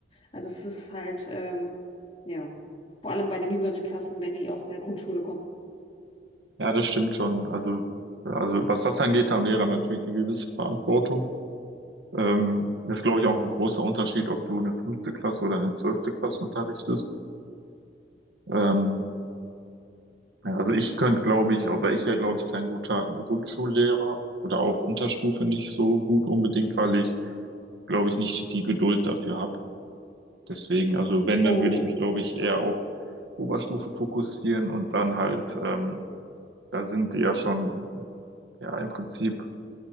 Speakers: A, on the left; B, on the right.
A: Also es ist halt, ähm, ja, vor allem bei den jüngeren Klassen, wenn die aus der Grundschule kommen.
B: Ja, das stimmt schon. Also, ja, also was das angeht, da haben Lehrer natürlich eine gewisse Verantwortung. Ähm, das ist, glaube ich, auch ein großer Unterschied, ob du eine fünfte Klasse oder eine zwölfte Klasse unterrichtest. Ähm, Ja, Also ich könnte, glaube ich, oder ich wäre, glaube ich, kein guter Grundschullehrer oder auch Unterstufe nicht so gut unbedingt, weil ich, glaube ich, nicht die Geduld dafür habe. Deswegen, also wenn,
A: Oh,
B: dann würde ich mich, glaube ich, eher auf Oberstufe fokussieren und dann halt, ähm, da sind die ja schon, ja, im Prinzip